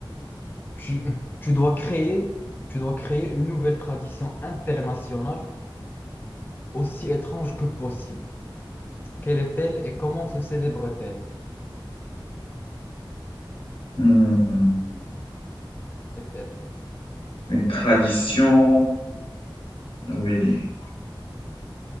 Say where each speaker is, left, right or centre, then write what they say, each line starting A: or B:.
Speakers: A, on the left (about 25°); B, on the left (about 85°).
A: Tu, tu dois créer, tu dois créer une nouvelle tradition internationale aussi étrange que possible. Quelle est-elle et comment se célèbre-t-elle?
B: Hmm,
A: C'est-elle?
B: une tradition. Oui.